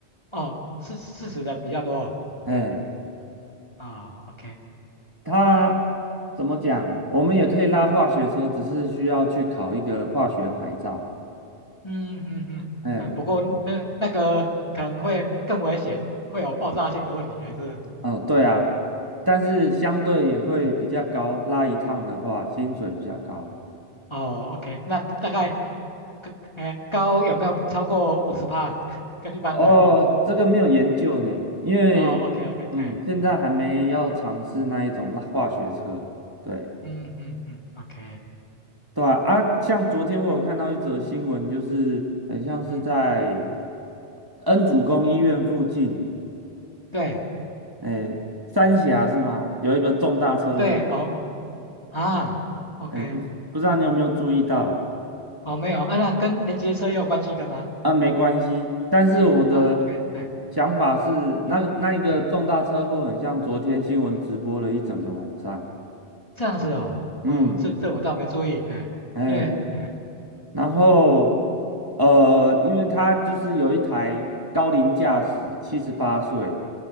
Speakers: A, on the left; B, on the right.
A: 哦，四四十的比较多哦。OK，
B: 哎，
A: 啊、OK，
B: 它怎么讲？我们也可以拉化学车，
A: 嗯
B: 只是需要去考一个化学牌照。
A: 嗯嗯嗯嗯，
B: 哎。
A: 不过那那个可能会更危险，会有爆炸性的问题，还是？
B: 哦，对啊，但是相对也会比较高，
A: 哎
B: 拉一趟的话，薪水比较高。
A: 哦，OK，那大概高哎高有没有超过五十帕？<laughs> 跟一般的
B: 哦，这个没有研究呢，因为
A: 哦，OK OK，
B: 嗯，
A: 哎。
B: 现在还没要尝试那一种拉化学车。对，
A: 嗯嗯嗯，OK，
B: 对啊，啊，像昨天我有看到一则新闻，就是很像是在
A: 嗯，
B: 恩主公医院附近，
A: 对
B: 哎，三峡是吗？有一个重大车祸，
A: 对，哦哦啊，OK，
B: 哎，不不知道你有没有注意到？
A: 哦没有啊，那跟连接车也有关系的吗？
B: 啊，没关系。但是我的
A: 哦，OK，哎，
B: 想法是，那个那一个重大车祸很像昨天新闻直播了一整个晚上。
A: 嗯，这样子哦，
B: 嗯，
A: 哦，这这我倒没注意，哎，
B: 哎，
A: 因为哎，
B: 然后呃，因为他就是有一台高龄驾驶，七十八岁，